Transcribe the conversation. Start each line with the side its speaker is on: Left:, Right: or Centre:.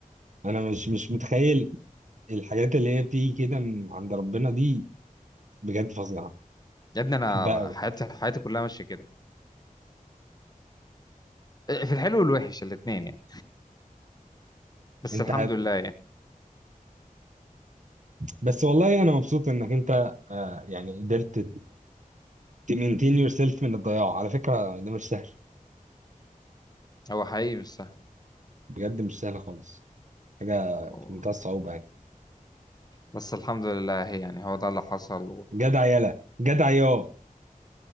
Right: انا مش مش متخيل الحاجات اللي هي بتيجي كده من عند ربنا دي بجد فظيعه
Left: يا ابني أنا
Right: بحبها قوي
Left: حياتي حياتي كلها ماشية كده في الحلو والوحش الاتنين يعني بس
Right: انت
Left: الحمد لله يعني
Right: بس والله انا مبسوط انك انت آه، يعني قدرت تمينتين يور سيلف من الضياع على فكره ده مش سهل
Left: هو حقيقي مش سهل
Right: بجد مش سهل خالص حاجه
Left: هو-
Right: في منتهى الصعوبه يعني
Left: بس الحمد لله هي يعني هو ده اللي حصل
Right: جدع يالا جدع يا <laughs> اه